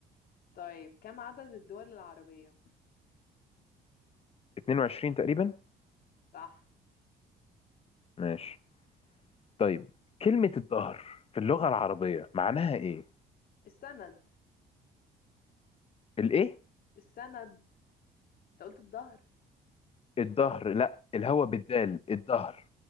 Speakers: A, on the left; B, on the left.
A: طيب كم عدد الدول العربية؟
B: 22 تقريبا
A: صح
B: ماشي طيب كلمة الظهر في اللغة العربية معناها ايه؟
A: السند
B: الايه؟
A: السند أنت قلت الظهر
B: الظهر لا الهوا بالدال الظهر